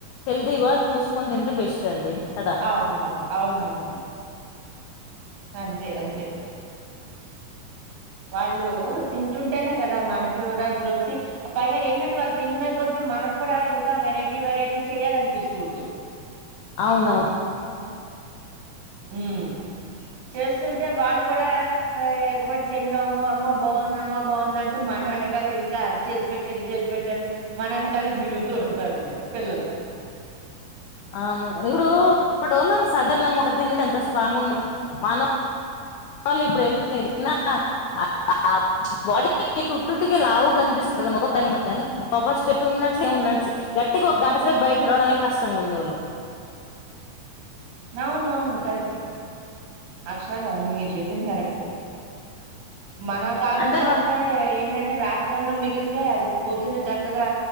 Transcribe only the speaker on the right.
అవునవును అవునవునండి అంతే అంతే వాళ్ళు తింటుంటేనే కదా మనకి కూడా తృప్తి పైగా ఏంటంటడి వాళ్ళు తింటనే కొద్ది మనక్కూడా ఇంకా వెరైటీ వెరైటీ చెయాలనిపిస్తుంటూంది
ఉమ్ చేస్తుంటే వాళ్ళు కూడా ఎగబడి తిండము అమ్మ బాగుంది అమ్మ బాగుందంటూ మన వెనకాలే ఇంకా అది చేసి పెట్టు ఇది చేసి పెట్టు అని మన వెనకాలే తిరుగుతూ ఉంటారు ఇంకా పిల్లలు
అవును అవును కరెక్టే అక్షరాల అవును మీరు చెప్పింది కరెక్టే మన కాలంలో
అయితే ఏంటంటే రాత్రి అన్నం మిగిలితే అది పొద్దున్న చక్కగా